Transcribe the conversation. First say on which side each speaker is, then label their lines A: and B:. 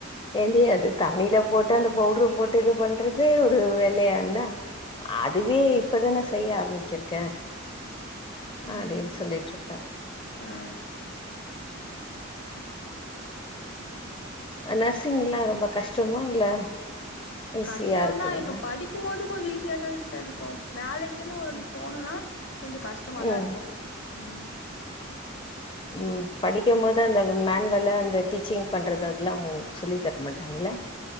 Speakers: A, on the left (about 25°); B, on the left (about 65°).
A: எண்ணைய அது தண்ணில போட் த அந்த பவுடர் போட்டு இது பண்றது இதே ஒரு வேலையான்னா அதுவே இப்பதானே செய்ய ஆரம்பிச்சிருக்கே
B: ம்
A: அப்டின்னு சொல்லிட்டிரு
B: ஓ
A: அ நர்சிங்ல்லா ரொம்ப கஷ்டமா இல்ல ஈஸியா
B: கஷ்டதா
A: இருக்குங்களா
B: இப்ப படி க்கு போது கொஞ்சோ ஈஸியாதான சிஸ்டர் இருக்கு வேலைக்கின்னு ஒன்னு
A: ம்
B: போனா கொஞ்சோ கஷ்டமாத
A: ம்.
B: இருக்கு ம்
A: ம் படிக்கு போது அந்த மேன்வேல அந்த டீச்சிங் பண்றது அதெல்லா உ சொல்லி தர மாட்டாங்கள்ளே